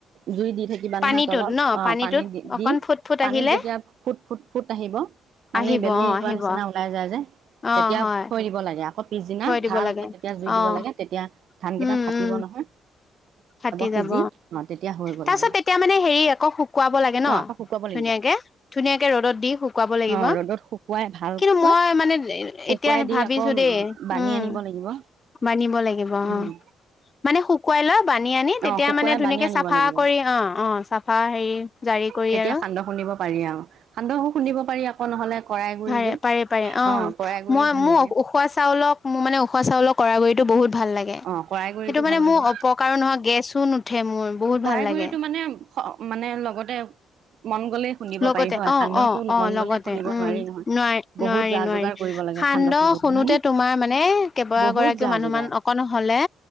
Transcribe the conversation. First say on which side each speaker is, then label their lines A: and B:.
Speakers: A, on the right; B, on the left.
A: জুই দি থাকিবা
B: পানীটোত
A: নহয় তলত
B: ন
A: অ
B: পানীটোত
A: পানী দি
B: অকন
A: দি
B: ফুট ফুট
A: পানীত
B: আহিলে
A: যেতিয়া ফুট ফুট ফুট আহিব মানে
B: আহিব
A: বেলুন
B: অ',
A: ওলোৱাৰ
B: আহিব
A: নিচিনা ওলাই যায় যে
B: অ',
A: তেতিয়া
B: হয়
A: থৈ দিব লাগে আকৌ পিছদিনা
B: থৈ দিব
A: ভালকে
B: লাগে
A: তেতিয়া জুই দিব
B: অ',
A: লাগে তেতিয়া ধানকেইটা
B: উম
A: ফাটিব
B: উম
A: নহয়
B: ফাটি
A: সিজি
B: যাব
A: অ' তেতিয়া হৈ গ'ল
B: তাৰপিছত
A: আৰু
B: তেতিয়া মানে হেৰি আকৌ শুকুৱাব লাগে ন
A: অ' আকৌ শুকুৱাব
B: ধুনীয়াকে
A: লাগিব
B: ধুনীয়াকে ৰ'দত দি শুকুৱাব লাগিব
A: অ' ৰ'দত শুকুৱাই ভালকৈ
B: কিন্তু মই মানে
A: শুকুৱাই
B: এতিয়া
A: দি
B: ভাবিছো
A: আকৌ
B: দেই
A: বানি
B: উম
A: আনিব লাগিব
B: মানিব লাগিব অ
A: উম
B: মানে শুকুৱাই লৈ বানি আনি তেতিয়া
A: অ' শুকুৱাই
B: মানে ধুনীয়াকে
A: বানি আনিব
B: চাফা
A: লাগিব
B: কৰি অ অ চাফা হেৰি জাৰি কৰি
A: তেতিয়া
B: আৰু
A: সান্দহ খুন্দিব পাৰি আৰু সান্দহো খুন্দিব পাৰি আকৌ নহলে কৰাই গুৰি
B: পাৰে
A: যে
B: পাৰে পাৰে অ
A: কৰাই গুৰি
B: মই
A: ভাল
B: মোক
A: লাগে
B: উখোৱা চাউলক মোৰ মানে উখোৱা চাউলৰ কৰাই গুড়িটো বহুত ভাল লাগে
A: অ কৰাই গুৰিটো
B: সেইটো মানে
A: ভাল লাগে
B: মোৰ অপকাৰো নহয় গেছো নুঠে মোৰ বহুত
A: কৰাই
B: ভাল লাগে
A: গুড়িটো মানে মানে লগতে মন গ'লেই খুন্দিব
B: লগতে
A: পাৰি হয়
B: অ
A: সান্দহটো
B: অ অ
A: মন
B: লগতে
A: গ'লে খুন্দিব
B: উম
A: নোৱাৰি নহয়
B: নোৱাৰি
A: বহুত
B: নোৱাৰি
A: যা
B: নোৱাৰি
A: যোগাৰ কৰিব লাগে
B: সান্দহ খুন্দোতে
A: হয়নে
B: তোমাৰ মানে কেইবাগৰাকীও
A: বহুত যা
B: মানুহ
A: যোগাৰ
B: মান অকন হলে